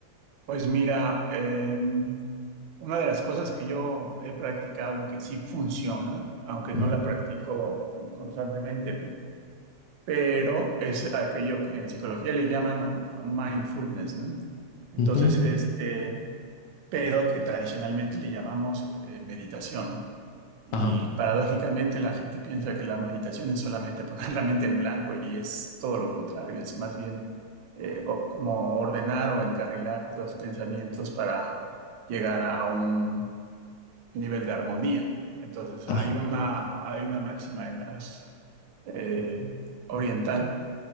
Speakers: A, on the right; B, on the left.
A: Pues mira, em, una de las cosas que yo he practicado y que sí funciona, aunque
B: Ujú,
A: no la practico constantemente, pero es aquello que en psicología le llaman mindfulness, ¿no? Entonces,
B: ujú.
A: este, pero que tradicionalmente le llamamos eh, meditación. Y
B: Ajá,
A: paradójicamente la gente piensa que la meditación es solamente <laughs> poner la mente en blanco y es todo lo contrario, es más bien eh, o- como ordenar o encarrilar los pensamientos para llegar a un nivel de armonía. Entonces
B: ah,
A: hay una, hay una máxima en las, eh, oriental